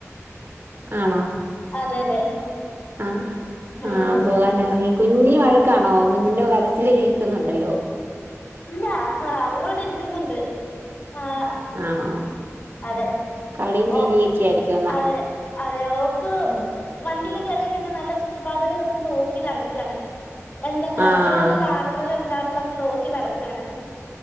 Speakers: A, on the right; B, on the left.
A: ആണോ
B: അതെ അതെ
A: ആ
B: ഉം
A: ആഹ് പോകൻ ഇറങ്ങി കുഞ്ഞി വഴ ണോ കുഞ്ഞിന്റെ കരച്ചിൽ കേൾക്കുന്നുണ്ടല്ലോ
B: ആ അവള് ഇവിടെ ഇരിക്കുന്നുണ്ട് ആഹ്
A: ആണോ
B: അതെ
A: കളിയും ചിരിയൊക്കെ
B: ഓഹ്
A: ആയിരിക്കും എന്നാ
B: അതെ അതെ ഓക്ക്
A: ഉം
B: വണ്ടിൽ കേറിയ പിന്നെ നല്ല ചുറ്റുപാകടൊക്കെ നോക്കി നടക്കാണ് എന്താ കാഴ്ചകളൊക്കെ
A: ആഹ്
B: കാണുന്നത് എന്താണെന്ന് നോക്കി നടക്കാണ്